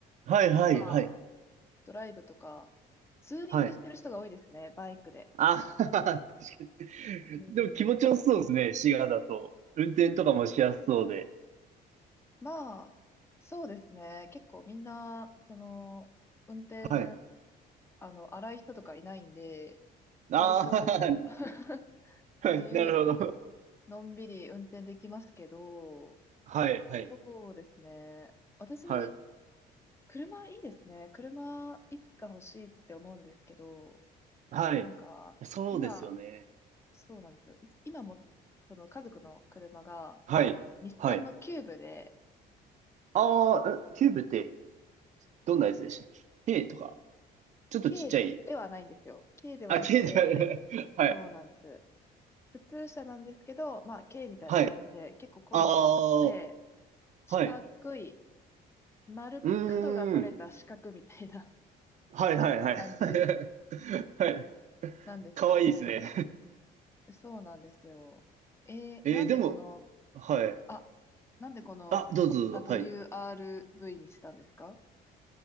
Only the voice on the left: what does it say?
まドライブとか、ツーリングしてる人が多いですね、
バイクで。
うん。
まあ、そうですね。結構みんな、その、運転、
あの、荒い人とかいないんで、
割と <laughs>
自由に、
のんびり運転できますけど、
そうですね。私、
車いいですね。車、いつか欲しいって思うんですけど、
なんか、
今、そうなんですよ。いつ今も、その家族の車が、
日産のキューブで、
軽ではないんですよ。軽ではなくて、
そうなんです。普通車なんですけど、まあ、軽みたいな感じで、
結構コンパクトで、
四角い、
丸、
角が取れた四角みたいな
<laughs> 感じ
なんですよね。
そうなんですよ。えー、
なんでこの、
あ、なんでこの
WRV
にしたんですか